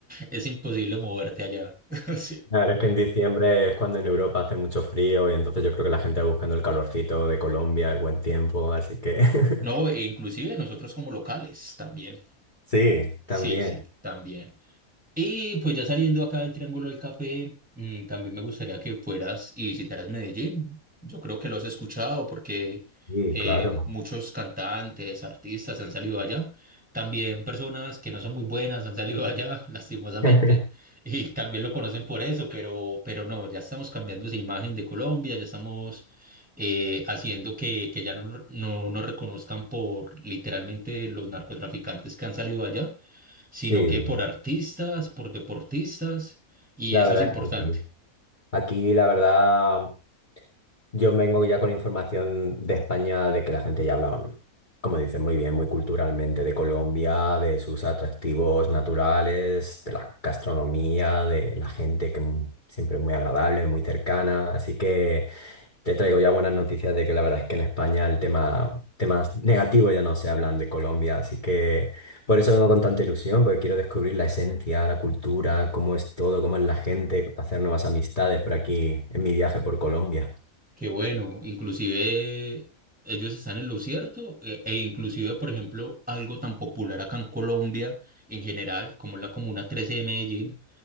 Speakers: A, in the centre; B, on the left (about 35°).
A: es imposible moverte allá. <laughs> Sí.
B: Claro, es que en diciembre es cuando en Europa hace mucho frío y entonces yo creo que la gente va buscando el calorcito de Colombia, el buen tiempo, así que... <laughs>
A: No, e inclusive nosotros como locales también.
B: Sí, también.
A: Sí, sí, también. Y pues ya saliendo acá del Triángulo del Café, mm, también me gustaría que fueras y visitaras Medellín. Yo creo que lo has escuchado porque
B: Sí,
A: eh,
B: claro.
A: muchos cantantes, artistas han salido allá. También personas que no son muy buenas han salido allá, <laughs> lastimosamente.
B: <laughs>
A: Y también lo conocen por eso, pero, pero no, ya estamos cambiando esa imagen de Colombia, ya estamos eh, haciendo que, que ya no, no nos reconozcan por literalmente los narcotraficantes que han salido allá sino
B: Sí,
A: que por artistas, por deportistas, y
B: la
A: eso
B: verdad
A: es importante.
B: es que sí. Aquí, la verdad, yo vengo ya con información de España de que la gente ya habla, como dicen, muy bien, muy culturalmente, de Colombia, de sus atractivos naturales, de la gastronomía, de la gente que m- siempre es muy agradable, muy cercana. Así que Te traigo ya buenas noticias de que la verdad es que en España el tema, temas negativos ya no se hablan de Colombia, así que por eso vengo con tanta ilusión, porque quiero descubrir la esencia, la cultura, cómo es todo, cómo es la gente, hacer nuevas amistades por aquí en mi viaje por Colombia.
A: Que bueno, inclusive ellos están en lo cierto, e, e inclusive, por ejemplo, algo tan popular acá en Colombia en general, como la Comuna 13 de Medellín,